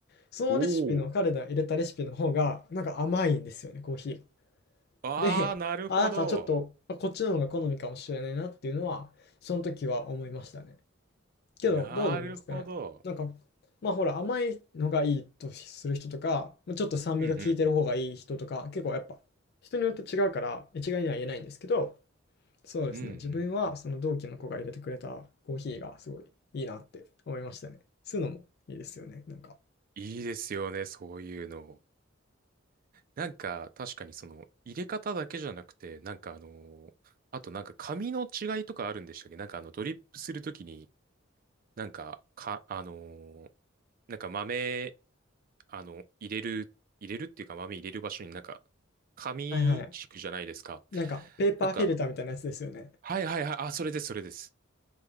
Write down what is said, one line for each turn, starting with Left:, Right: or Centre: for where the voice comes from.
Left: そのレシピの、
Right: おお、
Left: 彼が入れたレシピの方が、なんか甘いんですよね、コーヒー。
Right: ああ、
Left: で、
Right: なるほど。
Left: あ、なんかちょっと、あこっちの方が好みかもしれないなっていうのは、その時は思いましたね。けど、
Right: なるほど。
Left: どうなんですかね。なんか、まあほら、甘いのがいいとする人とか、まあちょっと酸味が効いてる方がいい人とか、
Right: うんうんうん。
Left: 結構やっぱ、人によって違うから、一概には言えないんですけど、そうですね。
Right: うんうんうん。
Left: 自分はその同期の子が入れてくれたコーヒーがすごいいいなって思いましたね。そういうのもいいですよね。なんか。
Right: いいですよね、そういうの。なんか、確かにその、入れ方だけじゃなくて、なんかあのーあとなんか紙の違いとかあるんでしたっけなんかあの、ドリップするときに、なんか、か、あのーなんか豆、あの、入れる、入れるっていうか豆入れる場所になんか、紙敷くじゃないですか。
Left: はいはい。なんか、ペーパーフィルターみたいなやつですよね。
Right: なんか、はいはいはい、あ、それです、それです。